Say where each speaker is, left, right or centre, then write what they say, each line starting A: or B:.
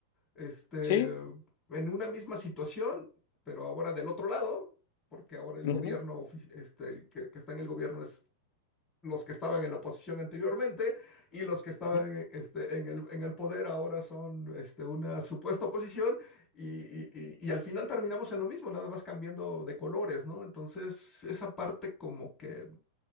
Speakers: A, on the left (about 25°); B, on the left (about 50°).
A: este,
B: sí.
A: en una misma situación, pero ahora del otro lado, porque ahora el
B: ujú,
A: gobierno, ofi- este, el que, que está en el gobierno es los que estaban en la oposición anteriormente y los que estaban
B: ujú.
A: en, este, en, el, en el poder ahora son este, una supuesta oposición y, y, y al final terminamos en lo mismo, nada más cambiando de colores, ¿no? Entonces, esa parte como que,